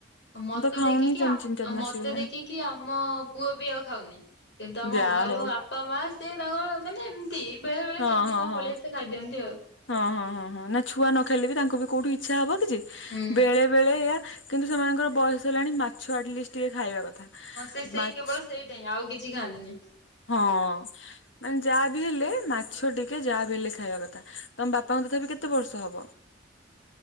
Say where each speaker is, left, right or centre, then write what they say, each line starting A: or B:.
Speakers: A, on the left (about 60°); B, on the left (about 80°).
A: ମତେ
B: ମୁଁ ତ ଖାଉନି
A: ଦେଖିକି ଆଉ ମ
B: ତିନି ଚାରି ମାସ
A: ମତେ
B: ହେଇଗଲାଣି
A: ଦେଖିକି ଆମ ପୁଅ ବି ଆଉ ଖାଉନି କିନ୍ତୁ ଆମ
B: ଯାହା
A: ଘରେ
B: ହଉ
A: ମୋ ବାପା ମା ସେ ତାଙ୍କର ମାନେ ଏମିତି ବେଳେ ବେଳେ
B: ହଁ
A: କେମିତି
B: ହଁ
A: କଣ
B: ହଁ
A: ପଳେଇଆସେ ଖାଇ ଦିଅନ୍ତି ଆଉ।
B: ହଁ ହଁ ହଁ ହଁ ନା ଛୁଆ ନ ଖାଇଲେ ବି ତାଙ୍କୁ ବି କୋଉଠି ଇଚ୍ଛା ହବ। ଯେ
A: ହୁଁ
B: ବେଳେ ବେଳେ ଏୟା କିନ୍ତୁ ସେମାନଙ୍କର ବୟସ ହେଲାଣି ମାଛ ଆଟଲିଷ୍ଟ ଟିକେ ଖାଇବା କଥା।
A: ହଁ ସେ ସେଇ
B: ମାଛ
A: କେବଳ ସେଇଟା ହଁ ଆଉ କିଛି ଖାଆନ୍ତିନି।
B: ହଁ ମାନେ ଯାହା ବି ହେଲେ ମାଛ ଟିକେ ଯାହା ବି ହେଲେ ଖାଇବା କଥା ତମ ବାପାଙ୍କ ତଥାପି କେତେ ବର୍ଷ ହବ?